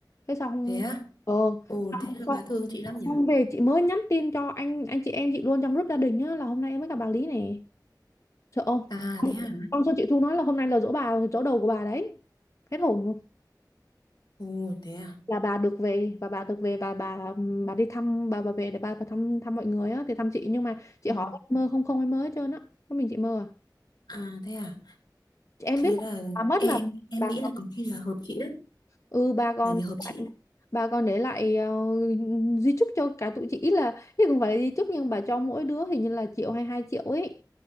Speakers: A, on the left; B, on the left.
A: thế xong
B: thế á
A: ờ
B: ồ
A: xong
B: thế là
A: xong
B: bà thương chị lắm nhỉ
A: xong về chị mới nhắn tin cho anh anh chị em chị luôn trong group gia đình á là hôm nay em mới gặp bà Lý nè sợ không
B: à thế à
A: xong xong chị Thu nói là hôm nay là giỗ bà giỗ đầu của bà đấy hết hồn luôn
B: ồ thế à
A: là bà được về và bà được về và bà bà đi thăm bà bà về để bà, bà thăm thăm mọi người á thì thăm chị nhưng mà chị
B: ừ.
A: hỏi mơ không không em mới hết trơn á có mình chị mơ à
B: à thế à
A: chị em
B: thế
A: biết là
B: là
A: bà mất
B: Ê,
A: mà
B: em em
A: bà
B: nghĩ là có khi là hợp chị đấy
A: ừ ba con
B: bởi vì hợp chị
A: lại ba con để lại ờ, di chúc cho cả tụi chị ý là chứ không phải là di chúc nhưng bà cho mỗi đứa hình như là triệu hay hai triệu ấy